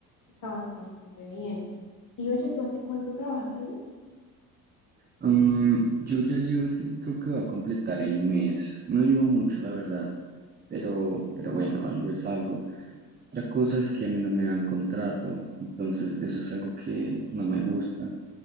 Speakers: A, on the left; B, on the right.
A: está bastante bien. Y oye, ¿tú hace cuánto trabajas ahí?
B: Mm, yo ya llevo este, creo que va a completar el mes. No llevo mucho, la verdad. Pero, pero bueno, algo es algo. Otra cosa es que a mí no me dan contrato. Entonces, eso es algo que no me gusta.